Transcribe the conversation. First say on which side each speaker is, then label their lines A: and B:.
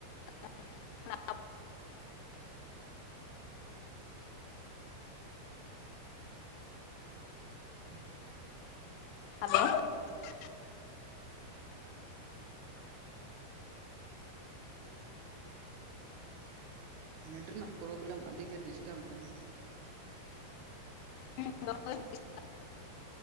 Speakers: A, on the left; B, on the right.
A: <unintelligible>
B: <inaudible>
A: ᱦᱮᱞᱳ᱾
B: <inaudible> ᱱᱮᱴ ᱨᱮᱱᱟᱜ ᱯᱨᱚᱵᱞᱮᱢ ᱟᱹᱰᱤ ᱜᱮ ᱰᱤᱥᱴᱟᱵᱽ ᱫᱟᱭ
A: ᱦᱩᱸ ᱫᱚᱦᱚᱭ ᱵᱤᱱ᱾